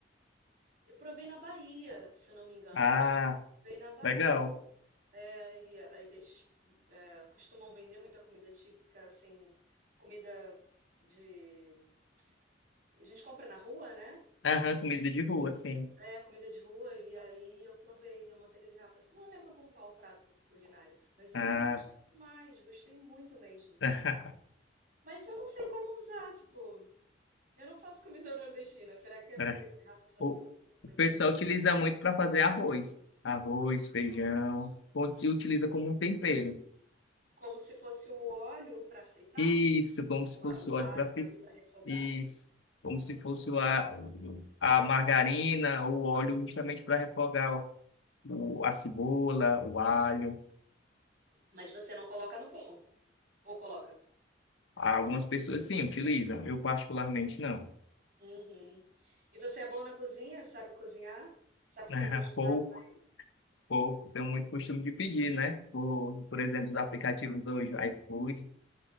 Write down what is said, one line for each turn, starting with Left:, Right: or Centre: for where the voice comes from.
Right: eu provei na Bahia, se eu não me engano.
Left: Ah,
Right: Provei na Bahia.
Left: legal.
Right: É, e a- eles é, costumam vender muita comida típica, assim, comida de. A gente compra na rua, né?
Left: Aham, comida de rua,
Right: E,
Left: sim.
Right: é, comida de rua, e aí eu provei a manteiga de garrafa. Não lembro com qual prato culinário, mas eu
Left: Ah,
Right: sei que eu gostei demais, gostei muito mesmo.
Left: <laughs>
Right: Mas eu não sei como usar, tipo. Eu não faço comida <laughs> nordestina. Será que a manteiga
Left: é.
Right: de garrafa só
Left: o,
Right: se usa com comida
Left: o pessoal
Right: nordestina,
Left: utiliza muito para fazer arroz. Arroz, feijão,
Right: o arroz?
Left: conti- utiliza como um tempero.
Right: Como se fosse o óleo para fritar,
Left: Isso, como se
Right: o,
Left: fosse
Right: a- o
Left: o óleo
Right: alho
Left: para
Right: ali para refogar.
Left: Isso, como se
Right: Hum.
Left: fosse a, a margarina ou o óleo justamente para refogar o, a cebola, o alho.
Right: Mas você não coloca no pão, ou coloca?
Left: Algumas pessoas sim utilizam, eu particularmente não.
Right: Uhum. E você é bom na cozinha? Sabe cozinhar? Sabe
Left: <laughs>
Right: fazer os pratos
Left: Pouco,
Right: aí?
Left: pouco, tenho muito costume de pedir, né? Por, por exemplo, os aplicativos hoje, iFood,